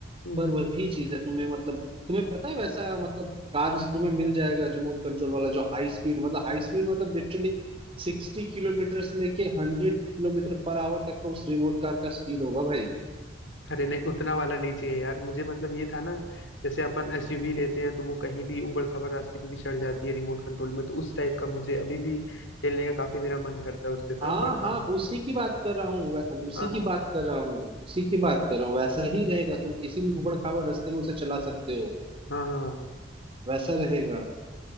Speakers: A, on the left; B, on the right.
A: हम्म
B: पर वही चीज है तुम्हें मतलब तुम्हें पता है वैसा मतलब कार्स तुम्हें मिल जाएगा रिमोट कंट्रोल वाला जो हाई स्पीड मतलब हाई स्पीड मतलब लिटरली सिक्सटी किलोमीटर से लेके हंड्रेड किलोमीटर पर आवर तक का उस रिमोट कार का स्पीड होगा भाई
A: अरे नहीं उतना वाला नहीं चाहिए यार मुझे मतलब ये था ना जैसे अपन एसयूवी लेते हैं तो वो कहीं भी ऊबड़ खाबड़ रास्ते पे भी चढ़ जाती है रिमोट कंट्रोल में तो उस टाइप का मुझे अभी भी खेलने का काफी मेरा मन करता है उसके साथ
B: हाँ
A: बट
B: हाँ
A: हाँ
B: उसी की बात कर रहा हूँ वै- उसी
A: हाँ
B: की
A: हाँ
B: बात कर रहा हूँ उसी की बात कर रहा हूँ वैसा ही रहेगा तुम किसी भी उबड़ खाबड़ रास्ते में उसे चला सकते हो
A: हाँ हाँ हाँ।
B: वैसा रहेगा